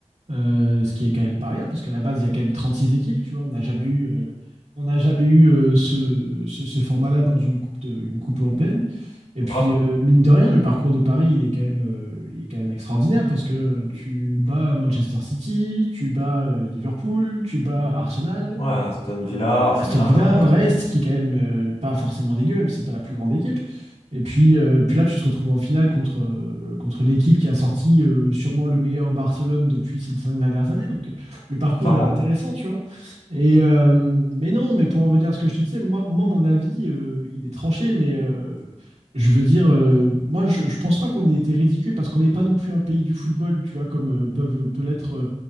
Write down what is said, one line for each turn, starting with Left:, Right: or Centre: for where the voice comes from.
Right: Euh, ce qui est quand même pas rien, parce qu'à la base, il y a quand même 36 équipes, tu vois, on n'a jamais eu, euh, on n'a jamais eu euh, ce, ce- ce format-là dans une coupe, de- une coupe européenne. Et
Left: Grave.
Right: puis, euh, mine de rien, le parcours de Paris, il est quand même, euh, il est quand même extraordinaire, parce que tu bats Manchester City, tu bats euh, Liverpool, tu bats Arsenal,
Left: Ouais, Aston Villa,
Right: euh,
Left: Arsenal,
Right: Aston Villa,
Left: euh,
Right: Brest,
Left: ouais,
Right: qui est quand même euh, pas forcément dégueu, même si c'est pas la plus grande équipe. Et puis, euh, puis là, tu te retrouves en finale contre, euh, contre une équipe qui a sorti euh, sûrement le meilleur Barcelone depuis ces cinq dernières années. Donc, euh, le parcours
Left: clairement.
Right: est intéressant, tu vois. Et, euh, mais non, mais pour en venir à ce que je te disais, moi, moi mon avis, euh, il est tranché, mais euh, je veux dire, euh, moi, je, je pense pas qu'on ait été ridicule parce qu'on n'est pas non plus un pays du football, tu vois, comme euh, peuvent, peut l'être